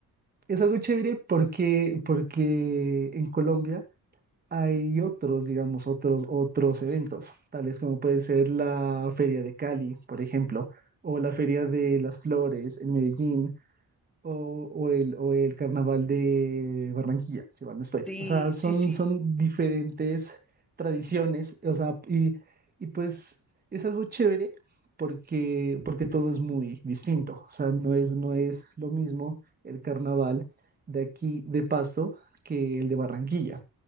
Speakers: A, on the right; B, in the centre.
A: es algo chévere porque, porque en Colombia hay otros, digamos, otros, otros eventos, tales como puede ser la Feria de Cali, por ejemplo, o la Feria de las Flores en Medellín, o, o el, o el Carnaval de Barranquilla, si mal no estoy.
B: Sí,
A: O sea, son,
B: sí, sí.
A: son diferentes tradiciones, o sea, y, y pues es algo chévere porque, porque todo es muy distinto, o sea, no es, no es lo mismo el carnaval de aquí, de Pasto, que el de Barranquilla